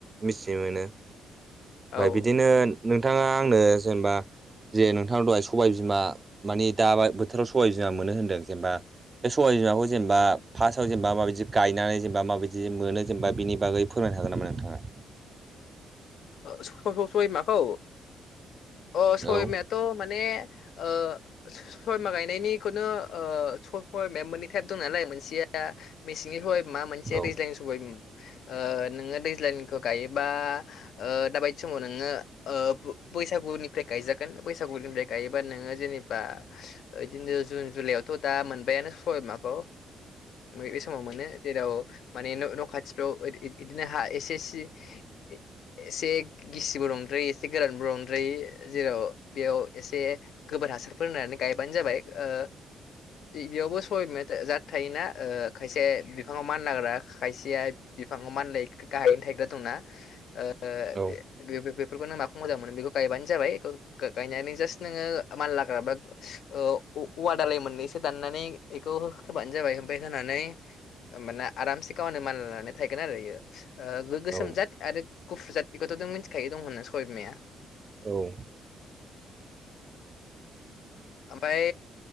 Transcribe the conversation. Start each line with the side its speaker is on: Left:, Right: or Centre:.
Right: मिथिनो मोनो ओमफ्राय
Left: आरो
Right: बिदिनो नोंथांङा आंनो जेनेबा जे नोंथांनाव दहाय सबायबिमा माने दाबा बोथोराव सबाइ बिमा मोनो होनदों जेनेबा बे सबाय बिमाखौ जेनेबा फार्स्टआव जेनेबा माबायदि गायनानै जेनेबा माबायदि मोनो जेनेबा बिनि बागै फोरमायनो हायो हागोन नामा नोंथाङा
Left: <inaudible> सबाय बिमाखौ अ सबाय
Right: औ
Left: बिमायाथ' माने ओ सबाय बिमा गायनायनिखौनो सबाय बिमाया मोननै टाइप दं नालाय मोनसेया दा मेसेंनि साबाय बिमा मोनसे
Right: औ
Left: दैज्लांनि सबाय बिमा ओ नोंङो दैज्लांनिखौ गायोबा ओ दाबायदि समाव नोंङो ओ बैसागुनिफ्राय गायजागोन बैसागु बैसागुनिफ्रा गायोबा नोंङो जेनि बा बिदिनो जुन जुलाइआवथ' दा मोनबायानो सबायबिमाखौ बे समाव मोनो जेराव माने खाथिफ्राव बिदिनो हा एसे ए सि <unintelligible> एसे गिसिबो नंद्रायो एसे गोरानबो नंद्रायो जेराव बेयाव एसे गोबोर हासारफोर होनानै गायबानो जाबाय ओ बेयावबो सबाय बिमा खायसे जाद थायोना खायसे बिफांङाव मानलाग्रा खायसेया बिफांव मानलाय गाहायनो थायग्रा दंना ओ
Right: औ
Left: बे बेफोरखौ नों माखौ मोजां मोनो बेखौ गायबानो जाबाय गायनानै जास्ट नोंङो माल लाग्रा बा ओ औवा दालाय मोननैसो दाननानै बेखौ हो होबानो जाबाय ओमाय होनानै माने आरामसे गावनो मान लानानै थायगोन आरोयो गोसोमजाद
Right: औ औ
Left: आरो गुफुरजात बेखौथ' नों मोनथि फिथाइ दं होननो सबायबिमाया
Right: औ
Left: ओमफाय